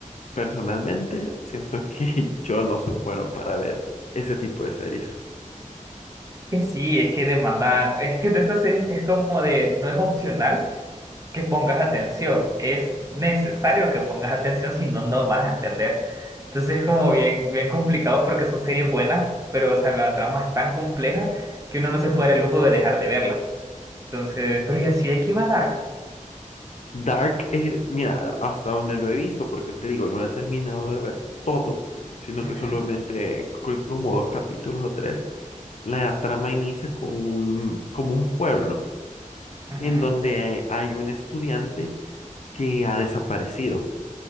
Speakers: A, on the left; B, on the right.
A: personalmente siento que <laughs> yo no soy bueno para ver ese tipo de series.
B: Que sí, es que demanda, es que de estas series que es como de, no es opcional que pongas atención, es necesario que pongas atención, si no, no vas a entender. Entonces es como bien, bien complicado porque son series buenas, pero o sea, la trama es tan compleja que uno no se puede dar el lujo de dejar de verlas. Entonces, pero y en sí, aquí va Dark.
A: Dark, eh, mira, hasta donde lo he visto, porque te digo, no lo he terminado de ver todo, sino
B: Ajá,
A: que solamente creo que como dos capítulos o tres. La trama inicia con un, como un pueblo
B: ajá,
A: en donde hay un estudiante que ha desaparecido.